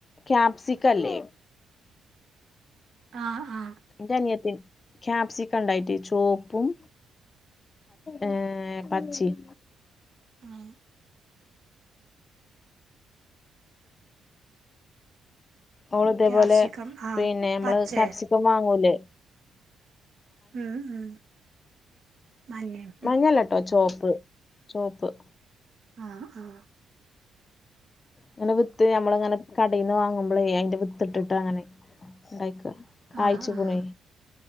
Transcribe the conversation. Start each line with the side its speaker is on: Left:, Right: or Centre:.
Left: ക്യാപ്സിക്ക ഇല്ലേ
Right: ആഹ് ആഹ്
Left: ഇന്റെ അനിയത്തി ക്യാപ്സിക്ക ഉണ്ടായിട്ട് ചോപ്പും ഏഹ് പച്ചിം
Right: ആഹ്
Left: ഓള് ഇതേപോലെ
Right: ക്യാപ്സിക്കം ആഹ്
Left: പിന്നെ നമ്മള്
Right: പച്ചേ
Left: കാപ്സിക്കം വാങ്ങൂലേ
Right: ആഹ് ആഹ് മഞ്ഞയോ
Left: മഞ്ഞല്ലട്ടോ ചോപ്പ് ചോപ്പ്
Right: ആഹ് ആഹ്
Left: ഇങ്ങനെ വിത്ത് ഞമ്മളിങ്ങനെ കടയിൽന്ന് വാങ്ങുമ്പളേ അയിന്റെ വിത്തിട്ടിട്ട് അങ്ങനെ ഉണ്ടായ്ക്കാ കായിച്ചുക്ക്ണേ
Right: ആഹ് ആഹ്